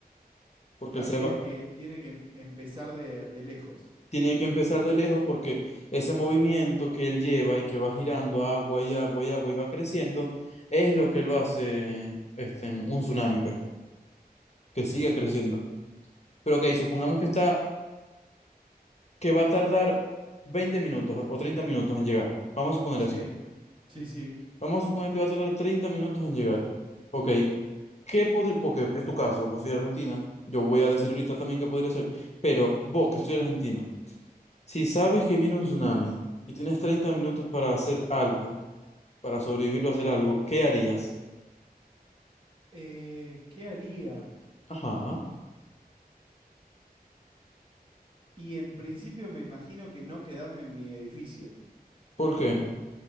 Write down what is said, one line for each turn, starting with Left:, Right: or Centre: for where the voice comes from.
Left: porque
Right: Claro,
Left: él se
Right: tiene
Left: va,
Right: que, tiene que em- empezar de, de lejos.
Left: tiene que empezar de lejos porque ese movimiento que él lleva y que va girando agua y agua y agua y va creciendo, es lo que lo hace este, un tsunami, pues, que siga creciendo. Pero ok, supongamos que está, que va a tardar 20 minutos o 30 minutos en llegar. Vamos a suponer
Right: Sí,
Left: eso.
Right: sí, sí.
Left: Vamos a suponer que va a tardar 30 minutos en llegar. Ok, ¿qué podría, porque es tu caso, vos soy de Argentina, yo voy a decir ahorita también qué podría ser, pero vos que soy argentino, si sabes que viene un tsunami y tienes 30 minutos para hacer algo, para sobrevivir o hacer algo, ¿qué harías?
Right: Eh, ¿qué haría?
Left: Ajá.
Right: Y en principio me imagino que no quedarme en mi edificio.
Left: ¿Por qué?